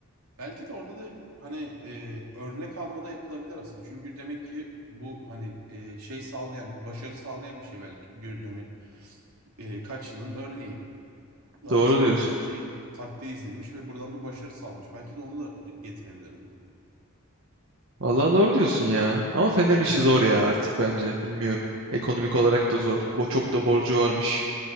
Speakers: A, on the right; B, on the right.
A: Belki de orada da hani e, örnek almada yapılabilir aslında. Çünkü demek ki bu hani e, şey sağlayan, başarı sağlayan bir şey belki. Gör, yani e, kaç yılın örneği. Galatasaray
B: Doğru diyorsun.
A: bu şey taktiği izlemiş ve buradan bir başarı sağlamış. Belki de onu da getirebilirdim.
B: Valla doğru diyorsun ya. Ama Fener'in işi zor ya artık bence. Bilmiyorum. Ekonomik
A: Olmadı.
B: olarak da zor. Bo çok da borcu varmış.